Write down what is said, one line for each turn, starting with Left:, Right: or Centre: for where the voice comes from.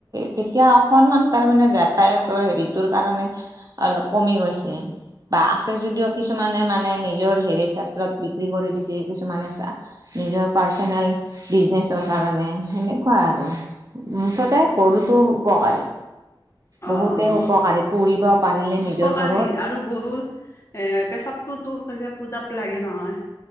Right: তেতিয়া অকনমান তাৰমানে যাতায়তৰ হেৰিটোৰ কাৰণে। অলপ কমি গৈছে। বা আছে যদিও কিছুমানে মানে নিজৰ হেৰিৰ ক্ষেত্ৰত বিক্ৰী কৰি দিছে কিছুমানে <inaudible> নিজৰ পাৰ্চনেল বিজনেছৰ কাৰণে সেনেকুৱা আৰু। তা গৰুতো উপকাৰী।
Left: অ
Right: বহুতে উপকাৰী
Left: অ
Right: পুহিব পাৰিলে
Left: উপকাৰী
Right: নিজৰ ঘৰত।
Left: আৰু গৰুৰ। পেচাবটোতো সক পূজাত লাগে নহয়।